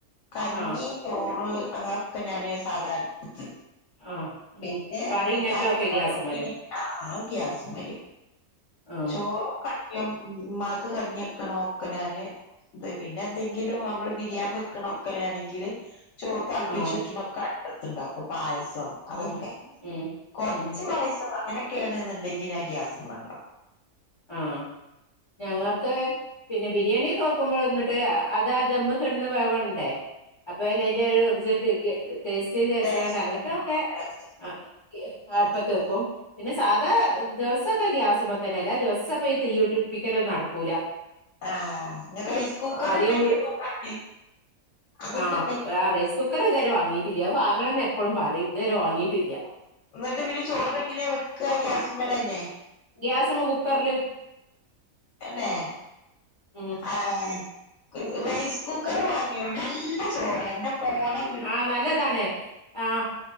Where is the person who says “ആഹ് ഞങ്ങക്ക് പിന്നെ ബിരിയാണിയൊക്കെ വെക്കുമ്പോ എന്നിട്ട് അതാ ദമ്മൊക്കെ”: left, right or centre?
Left